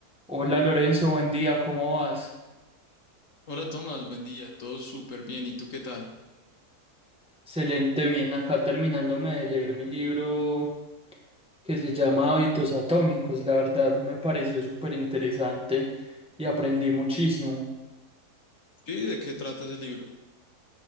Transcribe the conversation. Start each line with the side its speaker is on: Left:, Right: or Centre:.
Centre: Hola Lorenzo, buen día, ¿cómo vas?
Left: Hola Tomás, buen día, todo súper bien, ¿y tú qué tal?
Centre: Excelente, bien, acá terminándome de leer mi libro que se llama Hábitos Atómicos. La verdad me pareció súper interesante y aprendí muchísimo.
Left: Sí, ¿de qué trata ese libro?